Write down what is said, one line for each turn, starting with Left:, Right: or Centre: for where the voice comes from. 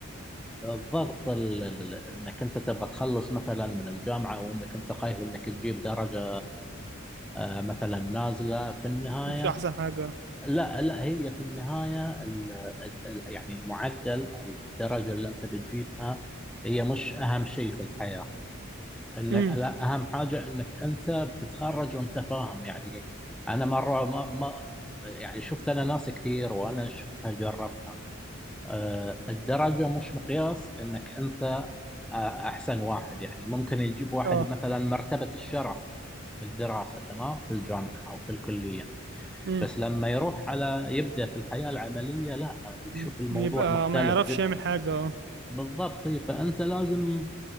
Centre: الضغط ال- ال- انك انت تبغى تخلص مثلا من الجامعه وانك انت خايف انك تجيب درجه آه، مثلا نازله في النهايه
Right: مش احسن حاجة
Centre: لا لا هي في النهاية ال- ال- يعني المعدل أو الدرجة اللي أنت بتجيبها هي مش أهم شيء في الحياة إن
Right: امم
Centre: لا أهم حاجة إنك أنت بتتخرج وأنت فاهم يعني أنا مرة ما, ما يعني شفت أنا ناس كثير وأنا شفتها جربتها أه، الدرجة مش مقياس إنك أنت أه، أحسن واحد يعني ممكن يجيب واحد
Right: اه
Centre: مثلا مرتبة الشرف في الدراسة تمام في الجامعة أو في الكلية
Right: امم
Centre: بس لما يروح على يبدأ في الحياة العملية لا بيشوف
Right: م-
Centre: الموضوع
Right: يبقى
Centre: مختلف
Right: ما يعرفش
Centre: جدا
Right: يعمل حاجة اه
Centre: بالضبط طيب، فأنت لازم